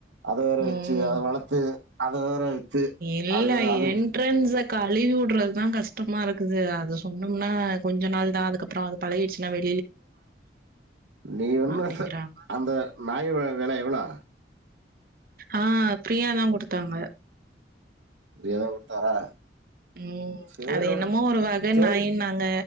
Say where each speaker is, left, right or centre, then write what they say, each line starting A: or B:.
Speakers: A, on the right; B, on the right.
A: அத வேற
B: ம்.
A: வெச்சு அத வளத்து அது வேற வித்து
B: இல்ல
A: அது அது
B: என்ட்ரன்ஸ் கழுவிவுறதுதா கஷ்டமா இருக்குது அது சொன்னோம்னா கொஞ்ச நாள் தா அதுக்கப்புறம் அது பழகிச்சனாவே
A: நீ எண்ண
B: அப்டிங்கறாங்க
A: அந்த நாய் வளக்கல எவ்ளோ
B: ஆஹ் ஃபிரியாதான் கொடுத்தாங்க
A: ஏதோ குடுத்தாரா?
B: உம்
A: சரி
B: அது
A: விடு
B: என்னமோ ஒரு வகை
A: சரி
B: நாயினாங்க